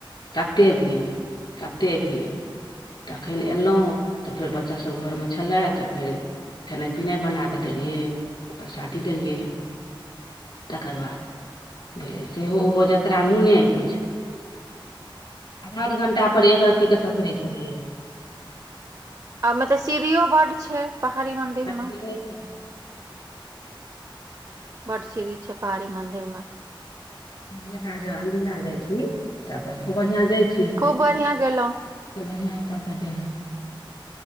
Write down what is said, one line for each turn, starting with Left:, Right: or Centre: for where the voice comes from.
Left: तते भीड़ तते भीड़ तखन अयलहुँ तऽ फेर बच्चासभ घरमे छलय तऽ फेर खेनाई पिनाई बना कऽ देलियै प्रसादी देलियै तकर बाद भेलै सेहो उहो जतरा मुँने अछि आध अध घण्टापर एक रत्तीके ससरै छथिन
Right: आ मे तऽ सीढ़ियो बड्ड छै पहाड़ी मंदिर
Left: बड
Right: प
Left: <inaudible>
Right: बड सीढ़ी छै पहाड़ी मंदिर मे
Left: उएह ज अनदिना जाय छी तऽ अपन खूब बढ़िया जाय छी
Right: खूब बढ़ियां गेलहुॅं
Left: बढ़ियाआ ओ कतऽ गेलहुँ <unintelligible>